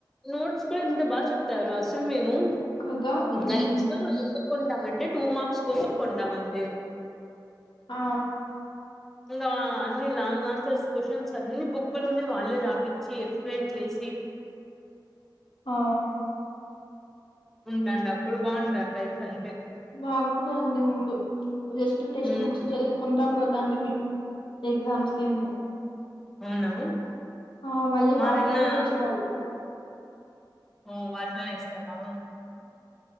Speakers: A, in the centre; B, on the left.
A: నోట్స్ కూడా ఎంత బాగా చెప్తారు అసలు మేము
B: కదా! హ్మ్.
A: గైట్స్ లో ఎందుకు కొంటామంటే టూ మార్స్ కోసం కొంటాం అంతే
B: ఆ
A: ఇంగ అన్ని లాంగ్ ఆన్సర్స్ క్వశ్చన్స్ అన్ని బుక్ లోనే వాళ్ళే రాపిచ్చి ఎక్స్ప్లెయిన్ చేసి చే <unintelligible>
B: ఆ
A: ఉందండి అప్పుడు బాగుండ లైఫ్ అంటే
B: మా కూడా అందే ముందు జస్ట్ టెస్ట్
A: ఉమ్
B: బుక్స్ చదువుకుంటా పో టి మీ ఎగ్జామ్స్ కి అని
A: అవునా
B: ఆ మళ్ళీ
A: మాదన్నా
B: వాటిలోవే ఇచ్చేవాళ్ళు
A: ఆ వాటిలోనే ఇస్తారా